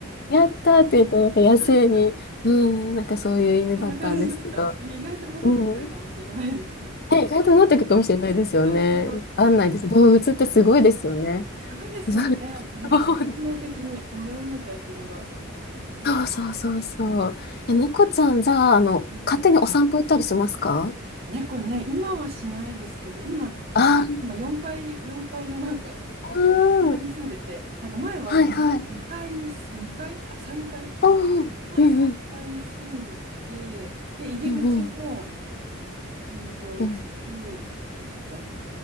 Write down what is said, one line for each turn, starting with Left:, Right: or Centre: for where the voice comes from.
Left: やったーって言って、なんか野生に、
Right: あ、そう
Left: うん、なんかそういう犬だったんですけど。
Right: そんな感じでした。<laughs> 意外と戻ってくるかもしれないですよ。
Left: うん。ね、意外となっていくかもしれないですよね。
Right: そうそう。
Left: わかんないです。動物ってすごいですよね。
Right: すごいですよね。
Left: そう
Right: なんかもう本能的に戻らなきゃっていうのが
Left: <laughs>
Right: あるか
Left: そうそうそうそう。
Right: も。う
Left: え、猫ちゃん、じゃあ、あの、
Right: んうん
Left: 勝手にお散歩行ったりしますか
Right: 猫ね、今はしないですけど、今、ひ今4階、
Left: あ
Right: 4階のなんかとこ、
Left: うん。
Right: よんかいに住んでて、なんか前はに2階に、
Left: はいはい。
Right: 2階、あ、3階
Left: うんうん。
Right: 前3階に住んでて、で、入り口も
Left: うんうん。
Right: うんと、
Left: うんうん。
Right: 10だっ